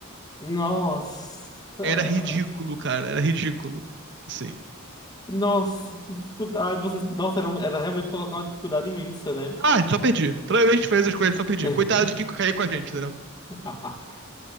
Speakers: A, on the left; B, on the right.
A: Nossa.
B: Era ridículo, cara. Era ridículo. Assim.
A: Nossa, que dificuldade. Vocês... Nossa, era, um- era realmente colocar uma dificuldade imensa, né?
B: Ah, só perdi. Toda vez que a gente fez as coisas, só perdi.
A: <laughs>
B: Coitado de quem cair com a gente, entendeu?
A: <laughs>